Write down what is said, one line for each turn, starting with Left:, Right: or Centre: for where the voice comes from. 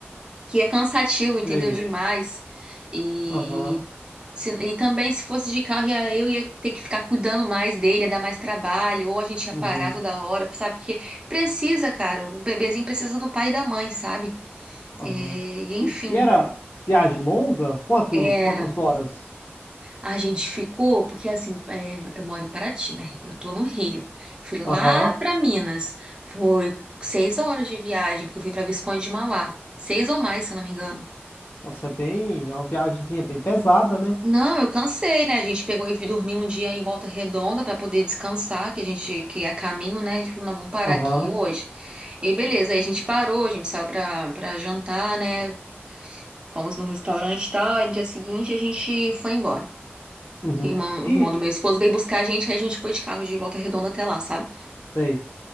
Right: que é cansativo, entendeu?
Left: sei.
Right: Demais. E
Left: Aham,
Right: se- E também, se fosse de carro, ia- eu ia ter que ficar cuidando mais dele, ia dar mais trabalho, ou a gente ia
Left: uhum,
Right: parar toda hora, sabe? Porque precisa, cara, o bebezinho precisa do pai e da mãe, sabe?
Left: aham.
Right: É, enfim,
Left: E, e era viagem longa? Quanto,
Right: era.
Left: quantas horas?
Right: A gente ficou, porque assim, é, eu moro em Paraty, né? Eu tô no Rio. Fui lá
Left: Aham.
Right: pra Minas. Foi seis horas de viagem, porque eu fui pra Visconde de Mauá. Seis ou mais, se eu não me engano.
Left: Nossa, é bem, é uma viagemzinha bem pesada, né?
Right: Não, eu cansei, né? A gente pegou e dormiu um dia em Volta Redonda para poder descansar, que a gente que é a caminho, né? A gente falou, não, vamos parar
Left: Aham,
Right: aqui hoje. E aí, beleza, aí a gente parou, a gente saiu para para jantar, né? Fomos no restaurante e tal, aí no dia seguinte a gente foi embora.
Left: uhum.
Right: O irmão,
Left: E,
Right: o irmão do meu esposo veio buscar a gente, aí a gente foi de carro de Volta Redonda até lá, sabe?
Left: sei,